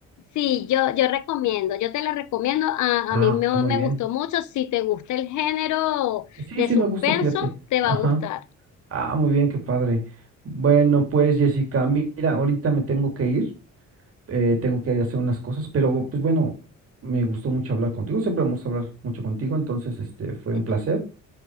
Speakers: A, on the left (about 75°); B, on the right (about 50°).
A: Sí, yo, yo recomiendo, yo te la recomiendo, a,
B: Ah,
A: a mí me,
B: muy
A: me
B: bien.
A: gustó mucho, si te gusta el género
B: Sí,
A: de
B: sí,
A: suspenso,
B: me gusta, fíjate.
A: te va
B: Ajá.
A: a gustar.
B: Ah, muy bien, qué padre. Bueno, pues Jessica, mira, ahorita me tengo que ir, eh, tengo que hacer unas cosas, pero pues bueno, me gustó mucho hablar contigo, siempre me gusta hablar mucho contigo, entonces este fue
A: <laughs>
B: un placer